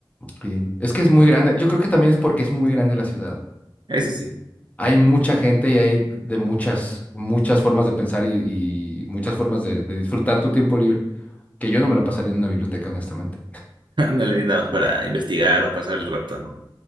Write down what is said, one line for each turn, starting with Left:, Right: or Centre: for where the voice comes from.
Left: Sí. Es que es muy grande. Yo creo que también es porque es muy grande la ciudad.
Right: Eso sí,
Left: Hay mucha gente y hay de muchas, muchas formas de pensar y, y muchas formas de, de disfrutar tu tiempo libre, que yo no me lo pasaría en una biblioteca, honestamente.
Right: <laughs> ándale, nada más para investigar o pasar el rato, ¿no?